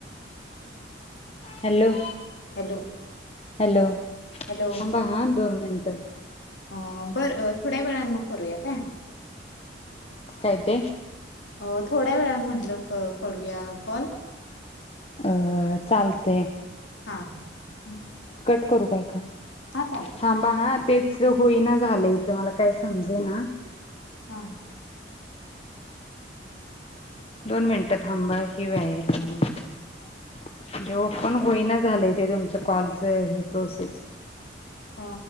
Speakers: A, on the left; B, on the left.
A: hello
B: hello
A: hello
B: hello
A: थांबा हा दोन मिनटं
B: अ अ बर थोड्या वेळान मग करूया काय?
A: काय ते
B: हो थोड्या वेळानं म्हटलं क करूया कॉल
A: अअ चालतय
B: हां ह
A: कट करू का हिकंडनं
B: चालेल
A: थांबा हा तेच ते होई ना झालंय हित मला काय समजना
B: हा
A: दोन मिनिटं थांबा हे <unintelligible> म्हणजे ओपन होईना झालय ते तुमच कॉलच हे प्रोसेस
B: अ